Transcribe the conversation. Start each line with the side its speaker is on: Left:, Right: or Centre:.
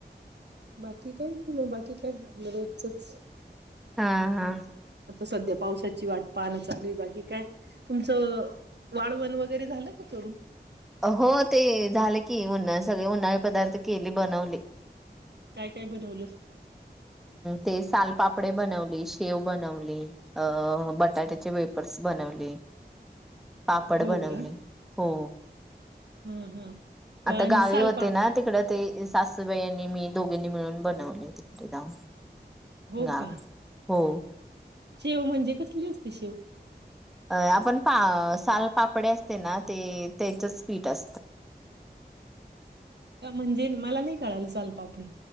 Right: बाकी काही नाही मग बाकी काय आपलं रोजचच.
Centre: हा हा.
Right: सध्या पावसाची वाट पाण चालूय बाकी काय तुमचं वाळवन वगै ते झालं का करून?
Centre: हो ते झाले की उन्ह सगळे उन्हाळ पदार्थ केले. बनवली.
Right: काय काय बनवलं.
Centre: ते सालपापडे बनवली, शेव बनवली, अ बटाट्याचे वेपर्स बनवले. पापड
Right: हो
Centre: बनवले
Right: का?
Centre: हो.
Right: हं, हं. व
Centre: आता
Right: आणि
Centre: गावी
Right: सालपापड
Centre: होते ना तिकड ते सासूबाई आणि मी दोघींनी मिळून बनवलेय तिकडे जाऊन.
Right: हो
Centre: गावी.
Right: का?
Centre: हो.
Right: शेव म्हणजे कसली असते शेव?
Centre: अ आपण पा सालपापडे असते ना ते त्याचच पीठ असतं.
Right: म्हणजे मला नाही कळाल सालपापडी,